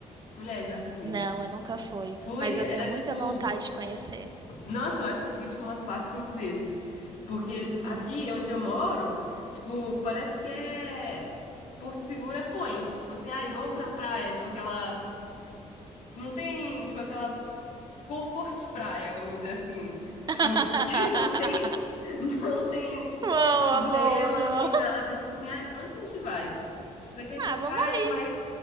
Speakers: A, on the left (about 75°); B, on the right (about 35°).
A: Mulher, já fui.
B: Não, eu nunca fui,
A: Fui,
B: mas
A: era
B: eu tenho muita
A: tipo,
B: vontade de conhecer.
A: nossa, eu acho que eu fui tipo umas quatro, cinco vezes. Porque
B: Uhum.
A: aqui onde eu moro, tipo, parece que é Porto Seguro é point. Tipo assim, ai, vamos pra praia, tipo aquela, não tem, tipo aquela comfort praia, vamos dizer assim. Tipo,
B: <laughs>
A: <laughs> que não tem Não tem
B: Boa,
A: problema,
B: boa, boa.
A: não tem nada. Tipo assim, ai, pra onde a gente vai? Tipo, você quer ir pra
B: Ah,
A: praia,
B: vamos ali.
A: mas.